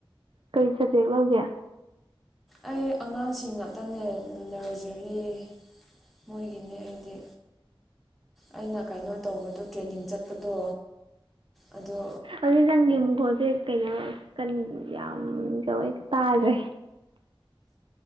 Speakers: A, on the right; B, in the centre.
A: ꯀꯩ ꯁꯕꯖꯦꯛ ꯂꯧꯒꯦ
B: ꯑꯩ ꯑꯉꯥꯡꯁꯤꯡ ꯉꯥꯛꯇꯅꯦ ꯅꯔꯖꯔꯤ ꯃꯣꯏꯒꯤꯅꯦ ꯑꯩꯗꯤ ꯑꯩꯅ ꯀꯩꯅꯣ ꯇꯧꯕꯗꯣ ꯇ꯭ꯔꯦꯅꯤꯡ ꯆꯠꯄꯗꯣ ꯑꯗꯣ
A: ꯑꯗꯨ ꯅꯪꯒꯤ ꯃꯈꯣꯟꯁꯦ ꯀꯩꯅꯣ ꯀꯟ ꯌꯥꯝ ꯇꯧꯋꯦ ꯇꯥꯗ꯭ꯔꯦ <inaudible>